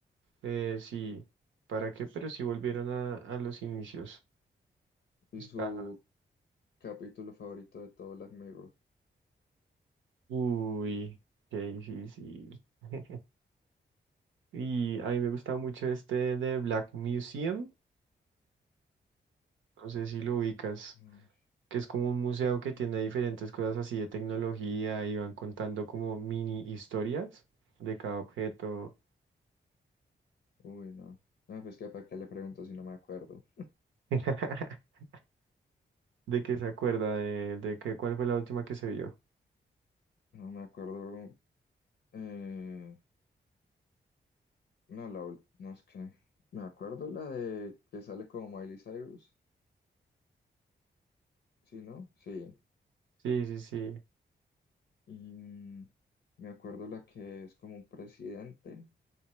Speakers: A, on the right; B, on the left.
A: Eh, sí,
B: ¿Y
A: ¿para qué? Pero sí volvieron a, a los inicios.
B: y
A: Está,
B: su capítulo favorito de todo Black Mirror?
A: uy, qué difícil. <laughs> Y a mí me gusta mucho este de Black Museum, no sé si lo ubicas,
B: Uy,
A: que es como un museo que tiene diferentes cosas así de tecnología y van contando como mini historias de cada objeto,
B: uy, no. No, pues que para qué le pregunto si no me acuerdo.
A: <laughs> de qué se acuerda, de, de qué, cuál fue la última que se vio.
B: No me acuerdo. eh, no, la ul- no es que. Me acuerdo la de que sale como Miley Cyrus. Sí, ¿no? Sí.
A: Sí, sí, sí.
B: Y mm, me acuerdo la que es como un presidente